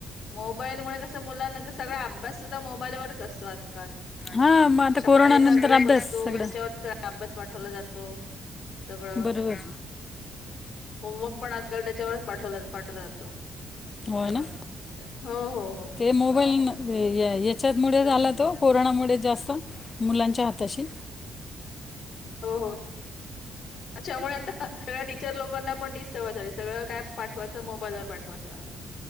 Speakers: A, on the left; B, on the left.
A: मोबाईलमुळे कसं मुलांना तर सगळा अभ्यास सुद्धा मोबाईलवरच असतो आजकाल.
B: हां मग आता
A: शाळेचा
B: कोरोनानंतर
A: ग्रुप
B: अभ्यास
A: असतो
B: सगळं
A: त्याच्यावर अभ्यास पाठवला जातो सगळं.
B: बरोबर
A: होमवर्क पण आजकाल त्याच्यावरच पाठवला पाठवला जातो
B: हो
A: सगळा
B: ना
A: हो हो हो
B: ते मोबाईल या याच्यातमुळे
A: त्याच्या
B: झाला तो कोरोनामुळे जास्त मुलांच्या हाताशी
A: हो हो त्याच्यामुळे आता टीचर लोकांना पण व सगळं काय पाठवायचं मोबाईल व पाठवायचं